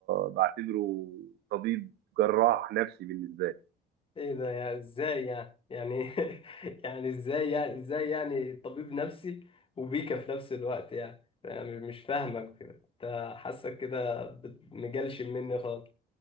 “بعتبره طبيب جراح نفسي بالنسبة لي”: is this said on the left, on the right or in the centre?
Right